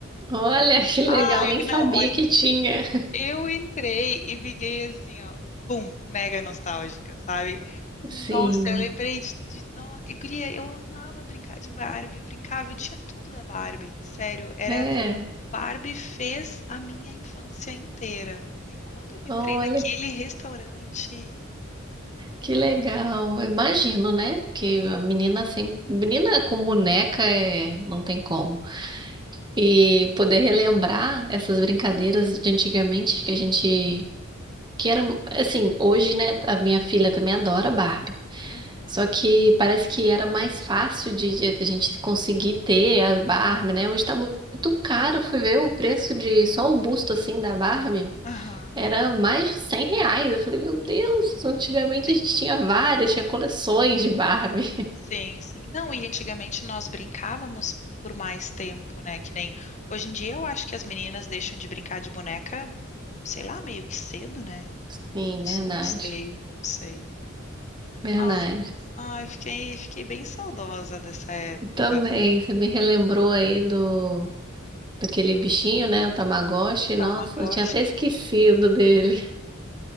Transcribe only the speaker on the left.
É,
Não,
Eu entrei e fiquei assim, ó, pum, mega nostálgica, sabe? Nossa,
eu lembrei de, de no... e, guria, eu amava brincar de Barbie, eu brincava, eu tinha tudo da Barbie, sério, era
Barbie fez a minha infância inteira. Aí quando eu entrei
naquele restaurante,
Uhum.
Aham.
Sim,
sim, sim. Não, e antigamente nós brincávamos por mais tempo, né? Que nem hoje em dia eu acho que as meninas deixam de brincar de boneca, sei lá, meio que cedo, né?
Não
sei, não sei.
Ai, ai, fiquei, fiquei bem saudosa dessa época.
E
Tamagotchi.